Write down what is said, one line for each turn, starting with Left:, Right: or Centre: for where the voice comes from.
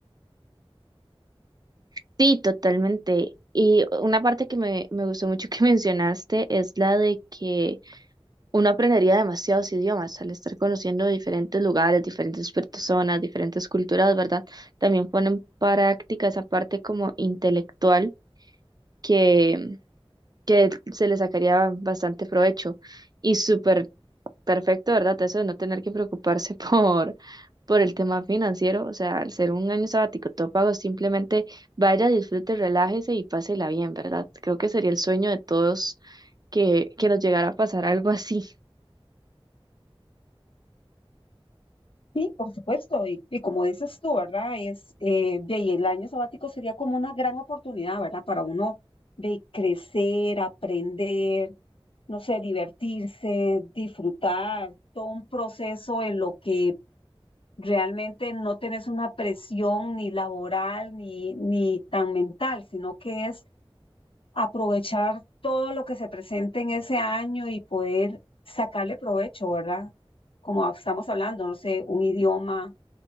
Right: Sí, totalmente. Y una parte que me, me gustó mucho que <laughs> mencionaste es la de que uno aprendería demasiados idiomas al estar conociendo diferentes lugares, diferentes personas, diferentes culturas, ¿verdad? También ponen en práctica esa parte como intelectual que que se le sacaría bastante provecho y súper perfecto, ¿verdad? Eso de no tener que preocuparse <laughs> por, por el tema financiero, o sea, al ser un año sabático todo pago, simplemente vaya, disfrute, relájese y pásela bien, ¿verdad? Creo que sería el sueño de todos que, que nos llegara a pasar algo así.
Left: Por supuesto, y, y como dices tú, ¿verdad? Es, eh, de ahí el año sabático sería como una gran oportunidad, ¿verdad? Para uno de crecer, aprender, no sé, divertirse, disfrutar, todo un proceso en lo que realmente no tenés una presión ni laboral ni, ni tan mental, sino que es aprovechar todo lo que se presente en ese año y poder sacarle provecho, ¿verdad? Como estamos hablando, no sé, un idioma